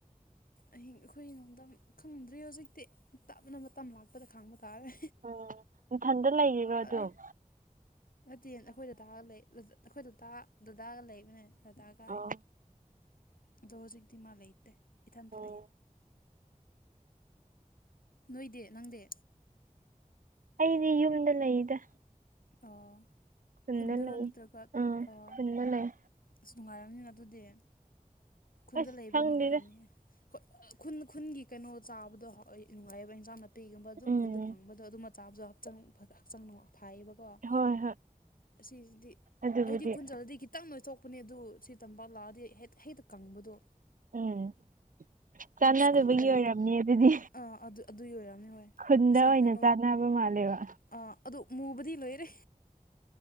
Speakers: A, on the left; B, on the right.
A: ꯑꯍꯤꯡ ꯑꯩꯈꯣꯏꯔꯣꯝꯗ ꯈꯪꯗ꯭ꯔꯤ ꯍꯧꯖꯤꯛꯇꯤ ꯇꯞꯅ ꯃꯇꯝ ꯂꯥꯛꯄꯗ ꯈꯪꯕ ꯇꯥꯔꯦ
B: ꯎꯝ ꯅꯊꯟꯗ ꯂꯩꯔꯤꯕꯔꯗꯨꯝ
A: ꯑꯗꯩ ꯅꯠꯇꯦ ꯑꯩꯈꯣꯏ ꯗꯗꯥꯒ ꯂꯩ ꯑꯩꯈꯣꯏ ꯗꯗꯥ ꯗꯗꯥꯒ ꯂꯩꯕꯅꯦ ꯗꯗꯥꯒ
B: ꯑꯣ
A: ꯑꯩ ꯑꯗꯣ ꯍꯧꯖꯤꯛꯇꯤ ꯃꯥ ꯂꯩꯇꯦ ꯏꯊꯟꯇ
B: ꯎꯝ
A: ꯂꯩꯌꯦ ꯅꯣꯏꯗꯤ ꯅꯪꯗꯤ
B: ꯑꯩꯗꯤ ꯌꯨꯝꯗ ꯂꯩꯗ
A: ꯑꯣ
B: ꯈꯨꯟꯗ
A: ꯈꯨꯟꯗꯔꯣ
B: ꯂꯩ
A: ꯅꯠꯇ꯭ꯔꯒ
B: ꯎꯝ
A: ꯑꯣ
B: ꯈꯨꯟꯗ ꯂꯩ
A: ꯑꯁ ꯅꯨꯡꯉꯥꯏꯔꯝꯅꯤꯅ ꯑꯗꯨꯗꯤ ꯈꯨꯟꯗ
B: ꯑꯁ
A: ꯂꯩꯕꯗꯣ
B: ꯈꯪꯗꯦꯗ
A: ꯅꯨꯡꯉꯥꯏꯕꯥꯅꯤꯍꯦ ꯈꯨꯟ ꯈꯨꯟꯒꯤ ꯀꯩꯅꯣ ꯆꯥꯕꯗꯣ ꯍ ꯅꯨꯡꯉꯥꯏꯕ ꯏꯟꯁꯥꯡ ꯅꯥꯄꯤꯒꯨꯝꯕ ꯑꯗꯨꯝ
B: ꯎꯝ
A: ꯈꯨꯟꯗ ꯐꯪꯕꯗꯣ ꯑꯗꯨꯝ ꯆꯥꯕꯖꯨ ꯍꯛꯆꯥꯡ ꯐ ꯍꯛꯆꯥꯡꯅꯨꯡ ꯐꯩꯌꯦꯕ ꯀꯣ
B: ꯍꯣꯏ ꯍꯣꯏ
A: ꯑꯁꯤꯁꯤꯗꯤ
B: ꯑꯗꯨꯕꯨꯗꯤ
A: ꯑꯩꯗꯤ ꯈꯨꯟꯆꯠꯂꯗꯤ ꯈꯤ ꯈꯤꯇꯪ‌ ꯅꫭꯏꯊꯣꯛꯄꯅꯦ ꯑꯗꯨ ꯁꯤ ꯇꯝꯄꯥꯛ ꯂꯥꯛꯑꯗꯤ ꯍꯦꯛ ꯍꯦꯛꯇ ꯀꯪꯕꯗꯨ
B: ꯎꯝ ꯆꯥꯟꯅꯗꯕꯒꯤ
A: ꯑꯁ ꯈꯨꯟꯗ ꯂꯩꯌꯦ
B: ꯑꯣꯏꯔꯝꯅꯤ ꯑꯗꯨꯗꯤ
A: ꯑꯥ ꯑꯗꯨ ꯑꯗꯨꯏ ꯑꯣꯏꯔꯝꯅꯤ ꯍꯣꯏ
B: ꯈꯨꯟꯗ
A: ꯑꯁꯤ
B: ꯑꯣꯏꯅ
A: ꯀꯩꯅꯣ
B: ꯆꯥꯅꯕ ꯃꯥꯜꯂꯦꯕ
A: ꯑꯥ ꯑꯗꯨ ꯃꯨꯕꯗꯤ ꯂꯣꯏꯔꯦ